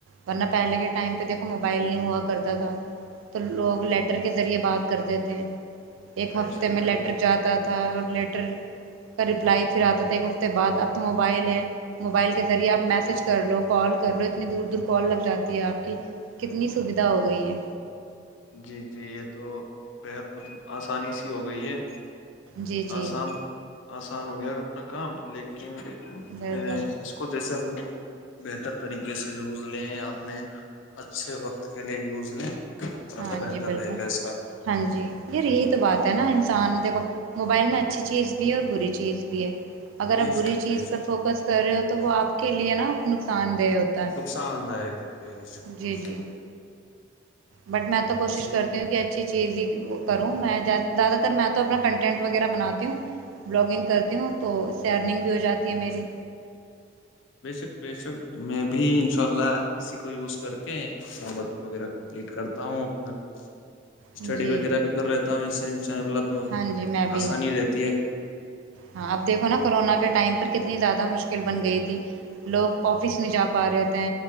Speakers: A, on the right; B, on the left.
A: ورنہ پہلے کے ٹائم پہ دیکھو موبائل نہیں ہوا کرتا تھا تو لوگ لیٹ لیٹر کے ذریعے بات کرتے تھے ایک
B: بے
A: ہفتے
B: شک
A: میں لیٹر
B: بے شک
A: جاتا تھا اور لیٹر رپلائی پھر آتا تھا ایک ہفتے بع اب تو مو موبائل ہے موبائل کے ذریعے آپ میسج کر لو کال کر لو اتنی دور دور کال لگ جاتی ہے آپ کی کتنی سویدھا ہو گئی ہے
B: جی جی یہ تو بےحد مطلب آسانی سی ہو گئی ہے
A: جی جی
B: آسان آسان ہو گیا اپنا کام لیکن
A: بالکل
B: ا اس کو جیسے بہتر طریقے سے یوز لیں اپنے اچھے وقت کے لیے یوز لیں تو زیادہ
A: ہاں
B: بہتر
A: جی بالکل
B: رہے گا اس کا
A: ہاں جی ار یہی تو بات ہے نا انسان د کو موبائل میں اچھی چیز بھی ہے اور بری چیز بھی ہے اگر
B: بے
A: آپ بری
B: شک
A: چیز
B: بے
A: پر
B: شک
A: فوکس کر رہے ہو تو وہ آپ کے لیے نا نقصان دہ ہوتا ہے
B: نقصان داک بے شک
A: جی
B: بے شک
A: جی بٹ میں تو کوشش
B: جی
A: کرتی
B: تو
A: ہوں کہ اچھی چیز ہی کروں میں زیادہ تر میں تو اپنا کنٹینٹ وغیرہ بناتی ہوں بلاگنگ کرتی ہوں تو سیئرننگ بھی ہو جاتی ہے میری
B: بشک بشک میں بھی ان شاء اللہ اسی کو یوز کر کے اپنا ورک وغیرہ کمپلیٹ کرتا ہوں اپنا اسٹڈی
A: جی
B: وغیرہ بھی کر رہتا ہوں ان سے ان شاء اللہ تو
A: ہاں جی میں بھی
B: آسانی رہتی ہے
A: ہاں اب دیکھو نا کورونا کے ٹائم پر کتنی زیادہ مشکل بن گئی تھی لوگ آفس نہیں جا پا رہے تھے